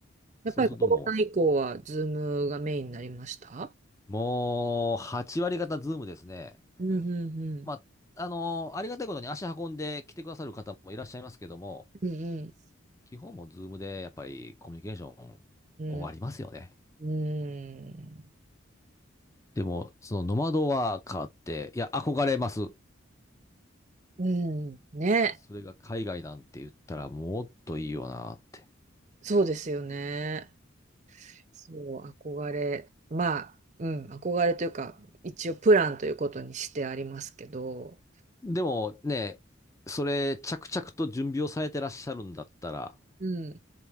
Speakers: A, on the right; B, on the left.
A: やっぱりコロナ以降はズームがメインになりました
B: そうするともう、もう、8割方ズームですね。
A: うんうんうん。
B: まあ、あの、ありがたいことに足運んで来てくださる方もいらっしゃいますけども、
A: うん
B: 基本もズームでやっぱりコミュニケーション終わりますよね。
A: うん。うん。うん。
B: でも、そのノマドワーカーって、いや、憧れます。
A: うんね。
B: それが海外なんて言ったらもっといいよなって。
A: そうですよね。そう、憧れ。まあ、うん、憧れというか、一応プランということにしてありますけど、
B: でもね、それ着々と準備をされてらっしゃるんだったら、
A: うん。